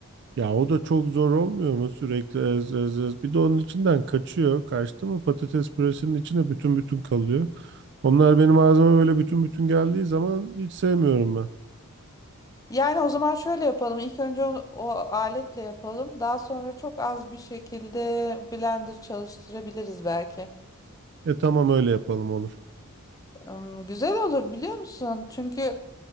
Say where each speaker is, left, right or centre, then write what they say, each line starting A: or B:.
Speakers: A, on the right; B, on the left.
A: Ya o da çok zor olmuyor mu sürekli ez ez ez. Bir de onun içinden kaçıyor. Kaçtı mı patates püresinin içine bütün bütün kalıyor. Onlar benim ağzıma böyle bütün bütün geldiği zaman hiç sevmiyorum ben.
B: Yani o zaman şöyle yapalım. İlk önce onu- o aletle yapalım. Daha sonra çok az bir şekilde blender çalıştırabiliriz belki.
A: E tamam öyle yapalım olur.
B: Im, güzel olur biliyor musun? Çünkü